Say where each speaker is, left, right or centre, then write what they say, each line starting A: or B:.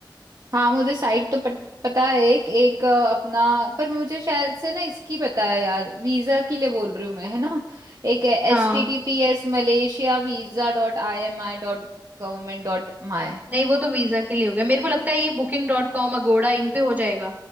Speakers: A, on the right; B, on the right.
A: हाँ मुझे साइट तो पत, पता है एक एक अ, अपना पर मुझे शायद से ना इसकी पता है यार वीजा के लिए बोल रही हूँ मैं है ना एक एच
B: हाँ
A: टी टी पी एस मलेशिया वीजा डॉट आई एम आई डॉट गवर्नमेंट डॉट माई
B: नहीं वो तो वीजा के लिए हो गया मेरे को लगता है ये बुकिंग डॉट कॉम अगोड़ा इन पे हो जाएगा